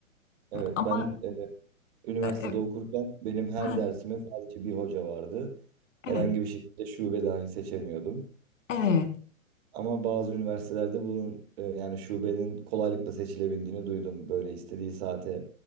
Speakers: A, on the right (about 45°); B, on the left (about 60°).
A: Evet,
B: Ama
A: ben e, üniversitede
B: e, e,
A: okurken benim her
B: ha,
A: dersime sadece bir hoca vardı. Herhangi
B: evet,
A: bir şekilde şube dahi seçemiyordum.
B: evet.
A: Ama bazı üniversitelerde bunun e, yani şubenin kolaylıkla seçilebildiğini duydum. Böyle istediği saate